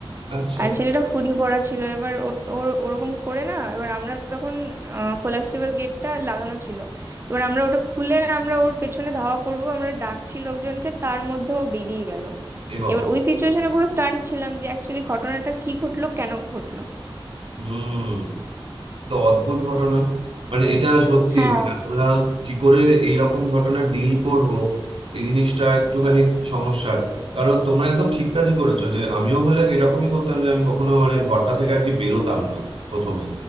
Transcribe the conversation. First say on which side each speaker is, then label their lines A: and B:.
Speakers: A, on the right; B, on the right.
A: আচ্ছা
B: আর ছেলেটা হুডি পরা ছিল এবার ওর ওর ওরকম করে না এবার আমরা তখন কোলাপসিবল গেটটা লাগানো ছিল এবার আমরা ওটা খুলে আমরা ওর পেছনে ধাওয়া করব আমরা ডাকছি লোকজনকে তার মধ্যে ও বেরিয়ে গেল
A: এ বাবা
B: এবার ওই সিচুয়েশনে পুরো স্টান্ট ছিলাম যে অ্যাকচুয়ালি ঘটনাটা কি ঘটলো কেন ঘটলো
A: হুম তো অদ্ভুত ঘটনা মানে এটা সত্যি
B: হ্যাঁ
A: মানে আমরা কি করে এই রকম ঘটনা ডিল করব এই জিনিসটা একটুখানি সমস্যার কারণ তোমরা একদম ঠিক কাজই করেছো যে আমিও হলে এরকমই করতাম যে আমি কখনো মানে ঘরটা থেকে আর কি বেরোতাম না প্রথমে